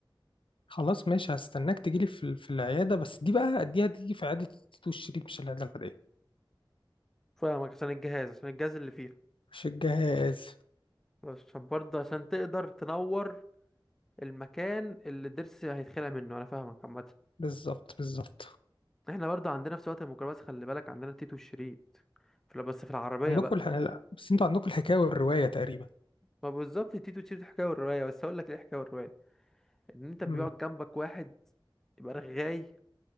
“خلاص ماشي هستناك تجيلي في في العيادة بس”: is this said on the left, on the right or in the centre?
Left